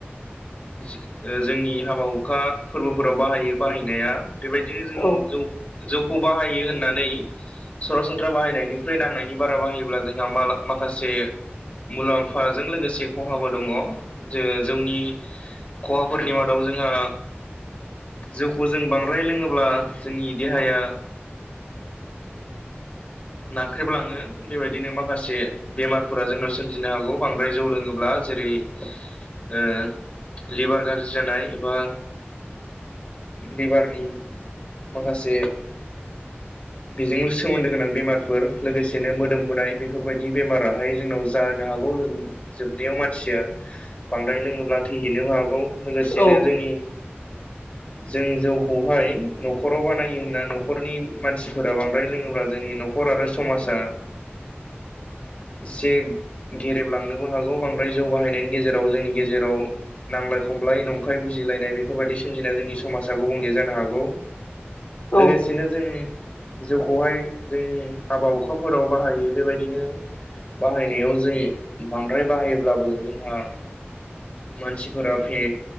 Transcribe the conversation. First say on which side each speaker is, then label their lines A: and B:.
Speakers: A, on the left; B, on the left.
A: जो ओ जोंनि हाबा हुखा फोरबोफोराव बाहायो बाहायनाया बेबायदिनो जों
B: औ
A: जौ जौखौ बाहायो होननानै सरासनस्रा बाहायनायनिख्रुइ नांनायनि बारा बाहायोब्ला जों माला माखासे मुलाम्फाजों लोगोसे खहाबो दङ। जे जौनि खहाफोरनि मादाव जोंहा जौखौ जों बांद्राय लोङोब्ला जोंनि देहाया नाख्रेबलाङो बेबायदिनो मा माखासे बेमारफोरा जोंनाव सोमजिनो हागौ बांद्राय जौ लोङोब्ला जेरै ओ लिभार गाज्रि जानाय एबा लिभारनि माखासे बेजोंनो सोमोन्दो गोनां बेमारफोर लोगोसेनो मोदोम बुनाय बेफोरबायदि बेमाराहाय जोंनाव जानो हागौ लोगो जोबनायाव मानसिया बांद्राय लोङोब्ला थैहैनोबो हागौ लोगोसेनो
B: औ
A: जोंनि जों जौखौहाय न'खराव बानायो होनना न'खरनि मानसिफोरा बांद्राय लोङोब्ला जोंनि न'खर आरो समाजा एसे गेरेबलांनोबो हागौ बांद्राय जौ बाहायनायनि गेजेराव जोंनि गेजेराव नांलाय खमलाय नंखाय बुजिलायनाय बेफोरबायदि सोमजिना जोंनि समाजा गुबुंले जानो हागौ
B: औ
A: लोगोसेनो जों जौखौहाय जोंनि हाबा हुखाफोराव बाहायो बेबायदिनो बाहायनायाव जों बांद्राय बाहायोब्लाबो जोंहा मानसिफोरा फे